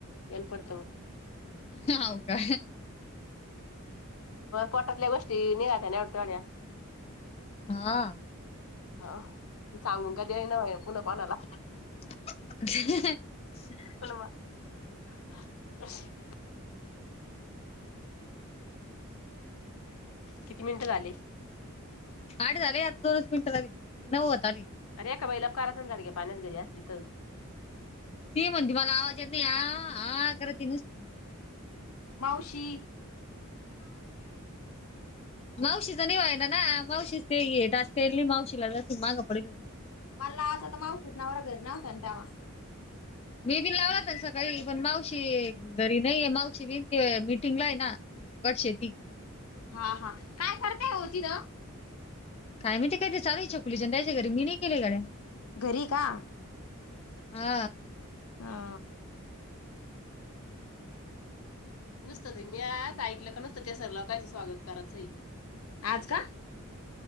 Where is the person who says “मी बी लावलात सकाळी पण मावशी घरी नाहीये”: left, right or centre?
Left